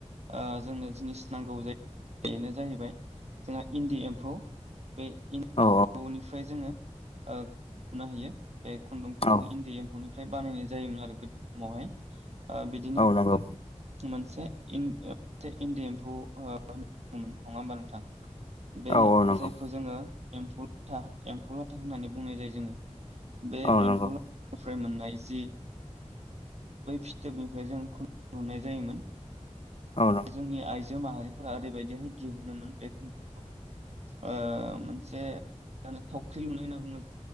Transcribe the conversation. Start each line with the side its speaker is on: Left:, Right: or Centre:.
Right: ओ जोंनो जिनिस नांगौ जायो बेनो जाहैबाय जोंहा इन्दि एम्फौ। बे एनदि
Left: औ
Right: एफौनिफ्राय जोङो ओ हमनो हायो बे जो
Left: औ
Right: इन्दि एम्फौनि फ्राय बानायनाय जायोमोन आरो गोद समावहाय बिदिनो
Left: औ नंगौ
Right: मोनसे इन्दि एम्फौ होनमोन नङा होमबा नोंथां। बे
Left: औ नंगौ औ नंगौ
Right: जायखौ जोङो। एमफौ लाथा एम एम्फौ लाथा होननानै बुंनाय जायो जोङो बे
Left: औ नंगौ
Right: एम्फौलाथानिफ्राय मोननाय जि बै फिथोबनिफ्राय जों ख लुनाय जायोमोन
Left: औ
Right: जोंनि आइजो माहारि। ओरैबायदिहाय दिहुनोमोन बे खुन्दुंखौ। ओ मोनसे। जानो थावख्रि लुनाय होनना बुङो